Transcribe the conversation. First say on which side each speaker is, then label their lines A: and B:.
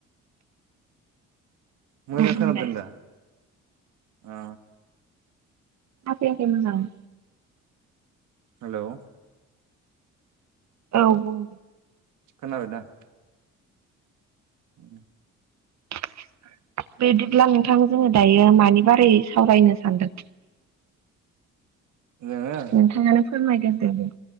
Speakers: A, on the right; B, on the right.
A: मोजां
B: औ बुंलाय
A: खोनादों दा ओ।
B: खोना फैयाखै मोजां।
A: हेल'
B: औ बुं।
A: खोनाबायना? उम।
B: <unintelligible> बेदिब्ला नोंथां जोङो दायो मानि बारै सावरायनो सानदों?
A: जोङो
B: नोंथाङानो फोरमायग्रोदो दे।